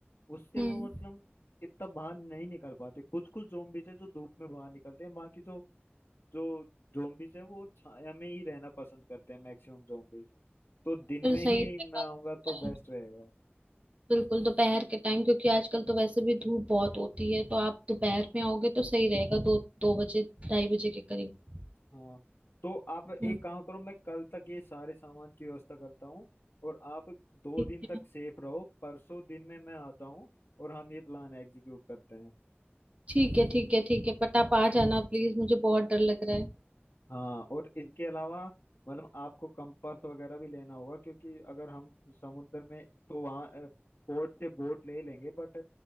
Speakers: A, on the left (about 60°); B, on the right (about 30°).
A: उससे
B: हम्म
A: वो मतलब इतना बाहर नहीं निकल पाते कुछ कुछ zombies है जो धूप में बाहर निकलते हैं बाकी जो जो zombies है वो छाया में ही रहना पसंद करते हैं मैक्सिमम zombies तो दिन
B: फिर
A: में
B: सही
A: ही
B: रहेगा
A: मैं आऊंगा
B: दोपहर।
A: तो बेस्ट रहेगा
B: बिल्कुल दोपहर के टाइम क्योंकि आजकल तो वैसे भी धूप बहुत होती है तो आप दोपहर में आओगे तो सही रहेगा दो दो बजे ढाई बजे के करीब
A: हाँ तो आप
B: हम्म,
A: एक काम करो मैं कल तक ये सारे सामान की व्यवस्था करता हूँ और आप दो
B: ठीक
A: दिन तक
B: है
A: सेफ रहो परसों दिन में मैं आता हूँ और हम ये प्लान एग्जीक्यूट करते हैं
B: ठीक है ठीक है ठीक है बट आप आ जाना प्लीज मुझे बहुत डर लग रहा है
A: हाँ और इसके अलावा मतलब आपको कंपास वगैरह भी लेना होगा क्योंकि अगर हम समुद्र में तो वहाँ बोट से बोट ले लेंगे बट